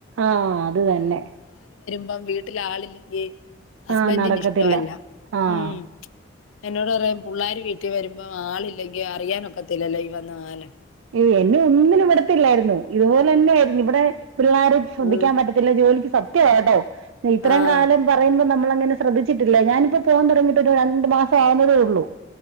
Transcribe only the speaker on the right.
ആ അത് തന്നെ
ആഹ് നടക്കത്തില്ല
ആഹ്
യ്യോ എന്നെ ഒന്നിനും വിടത്തില്ലായിരുന്നു ഇതുപോലെന്നായിരുന്നു ഇവിടെ പിള്ളേരെ ശ്രദ്ധിക്കാൻ
പറ്റത്തില്ല ജോലിക്ക് സ് സത്യാ വാ കേട്ടോ ഇത്രേം
കാലം പറയുമ്പോ നമ്മള് അങ്ങനെ ശ്രദ്ധിച്ചിട്ടില്ല ഞാനിപ്പോ പോവാൻ തൊടങ്ങിട്ട് ഒരു രണ്ട് മാസം ആവുന്നതേ ഉള്ളൂ